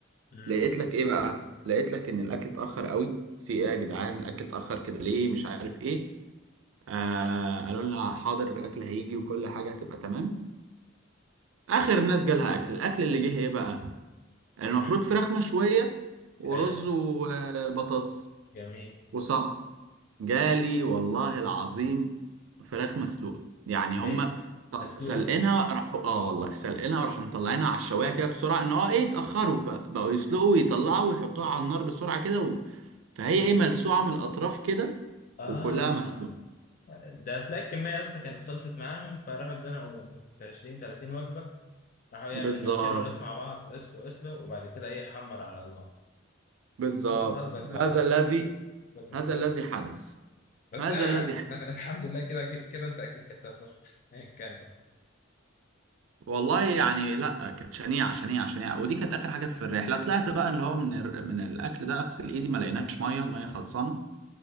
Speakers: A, on the left; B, on the right.
A: مم.
B: لقيت لك ايه بقى لقيت لك ان الاكل اتاخر قوي في ايه يا جدعان الاكل اتاخر كده ليه مش عارف ايه آه قالوا لنا حاضر الاكل هيجي وكل حاجه هتبقى تمام اخر الناس جالها اكل الاكل اللي جه ايه بقى المفروض
A: مم.
B: فراخ مشويه ورز
A: حلو
B: وبطاطس
A: جميل
B: وسلطه جالي والله العظيم فراخ مسلوقه يعني هم
A: ايه
B: ط-
A: مسلوقة
B: سلقينها راحوا اه والله سلقينها راحوا مطلعينها على الشوايه كده بسرعه ان هو ايه اتاخروا فبقوا يسلقوا ويطلعوا ويحطوها على النار بسرعه كده فهي ايه ملسوعة من الأطراف كده
A: اه
B: وكلها مسلوقة
A: ده هتلاقي الكمية يا اسطى كانت خلصت معاهم فراحوا اتزنقوا في 20 30 وجبة راحوا ايه
B: بالظبط
A: عشان يوكلوا الناس مع بعض اسلق اسلق وبعد كده ايه حمر على النار
B: بالظبط
A: فانت حظك بقى
B: هذا
A: حظك
B: الذي
A: حظك مش
B: هذا
A: صعب
B: الذي حدث
A: بس
B: هذا
A: آه
B: الذي حدث
A: <laughs> الحمد لله كده كده انت اكيد كلتها صح ايا كان بقى
B: والله يعني لا كانت شنيعة شنيعة شنيعة ودي كانت آخر حاجة في الرحلة طلعت بقى اللي هو من ال... من الأكل ده أغسل إيدي ما لقيناش مية المية خلصانة